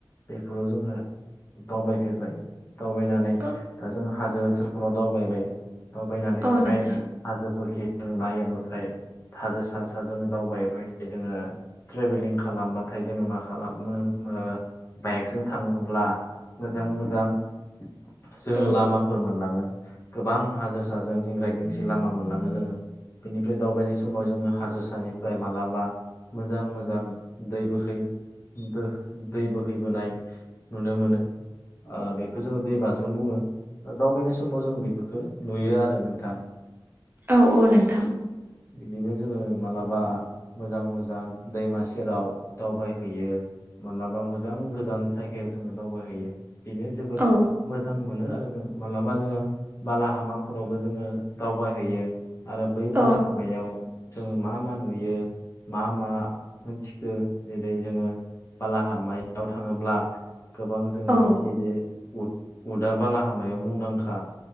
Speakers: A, on the left; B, on the right.
A: बेफोराव जोङो दावबायफेरबाय दावबायनानै
B: औ
A: दा जों हाजो ओनसोलफोराव दावबायबाय दावबायनानै
B: औ
A: बेवहाय
B: नोंथां
A: हाजोफोरखि नायोब्लाथाय हाजो सा सा जोङो दावबायबाय जोङो ट्रेभेलिं खालामबाथाय जोङो माखासे खालामो ओ बाइकजों थाङोब्ला मोजां मोजां जोङो
B: औ
A: लामा फोर मोनलाङो गोबां हाजो साजों दिंगराय दिंसि लामा मोनलाङो जोङो बेनिफ्राय दावबायनाय समाव जोङो हाजो सानिफ्राय मालाबा मोजां मोजां दै बोहै दो दै बोहैबोनाय नुनो मोनो बेखौ जोङो दै बाज्रुम बुङो दावबायनाय समाव जोङो बेफोरखौ नुयो आरो नोंथां
B: औ औ नोंथां
A: बिदिनो जोङो माब्लाबा मोजां मोजां दैमा सेराव दावबाय हैयो मालाबा मोजां गोजान जायगायाव जोङो दावबाय हैैयो बेनो जोबोद
B: औ
A: मोजां मोनो आरो जोङो मालाबा जोङो बालाहामाफोरावबो जोङो दावबायहैयो आरो बै बालाहामायाव
B: औ
A: जोङो मा मा नुयो मा मा मोनथिखो बे जोङो बालाहामायाव थाङोब्ला गोबां जोङो
B: औ
A: मिथियोदि उद उदआ बालाहामायाव मुंदांखा